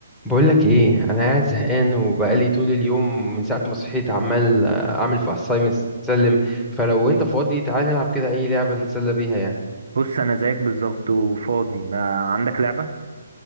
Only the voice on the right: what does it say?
بص انا زيك بالظبط وفاضي ما عندك لعبة